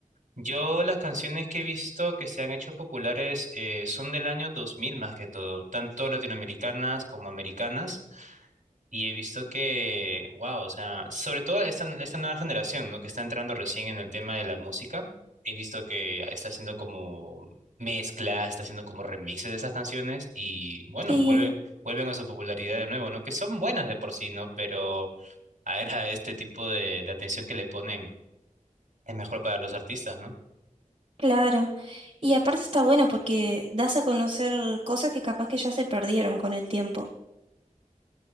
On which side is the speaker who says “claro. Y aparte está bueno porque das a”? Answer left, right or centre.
Right